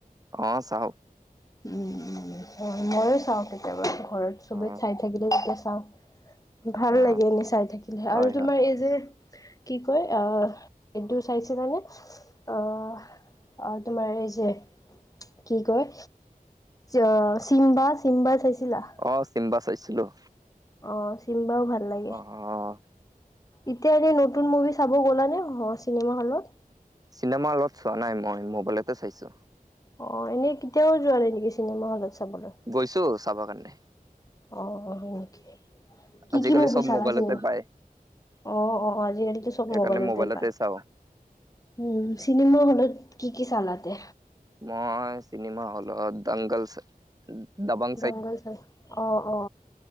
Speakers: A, on the right; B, on the left.
A: অ', চাওঁ।
B: উম উম হয়, ময়ো চাওঁ কেতিয়াবা, ঘৰত চবেই
A: অ
B: চাই থাকিলে, তেতিয়া চাওঁ। ভাল
A: অ
B: লাগে, এনেই চাই থাকিলে
A: হয়
B: আৰু তোমাৰ
A: হয়
B: এই যে কি কয় অ', এইটো চাইছিলা নে? অহ আৰু তোমাৰ এই যে কি কয়? অ', চিম্বা-চিম্বাৰ চাইছিলা?
A: অ', চিম্বা চাইছিলোঁ।
B: অ', চিম্বাও ভাল লাগে।
A: অ
B: এতিয়া, এনেই নতুন মুভি চাব গ'লা নে, অ', চিনেমা হলত?
A: চিনেমা হলত চোৱা নাই মই, মোবাইলতে চাইছোঁ।
B: অ' এনেই কেতিয়াও যোৱা নাই নেকি চিনেমা হলত চাবলৈ।
A: গৈছো চাবৰ কাৰণে।
B: অ' অ' হয় নেকি, কি
A: আজিকালি
B: কি মুভি
A: চব
B: চালা
A: মোবাইলতে
B: চিনেমা,
A: পায়
B: অ' অ' আজিকালিতো সব
A: সেইকাৰণে
B: মোবাইলতে পায়।
A: চাওঁ
B: উম চিনেমা হলত কি কি চালাতে।
A: মই চিনেমা হলত দংগলছ, দাবাঙ
B: দংগল চালা অ অ